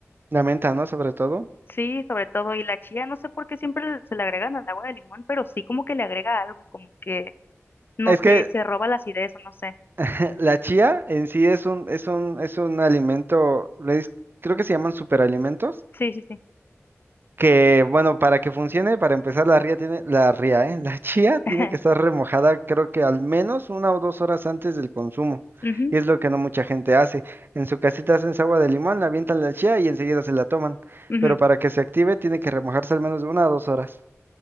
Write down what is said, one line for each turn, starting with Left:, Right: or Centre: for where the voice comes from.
Right: La menta, ¿no? Sobre todo.
Left: Sí, sobre todo, y la chía, no sé por qué siempre se le agregan al agua de limón, pero sí como que le agrega algo, como que, no
Right: Es
Left: sé,
Right: que
Left: se roba la acidez o no sé.
Right: <laughs> la chía en sí es un, es un, es un alimento, le dis- creo que se llaman superalimentos.
Left: Sí, sí, sí.
Right: que, bueno, para que funcione, para empezar, la ría tiene, la ría, ¿eh? La chía tiene
Left: <laughs>
Right: que estar remojada, creo que al menos una o dos horas antes del consumo.
Left: Ujú,
Right: Y es lo que no mucha gente hace. En su casita hacen su agua de limón, la avientan la chía y enseguida se la toman.
Left: ujú.
Right: Pero para que se active, tiene que remojarse al menos de una o dos horas.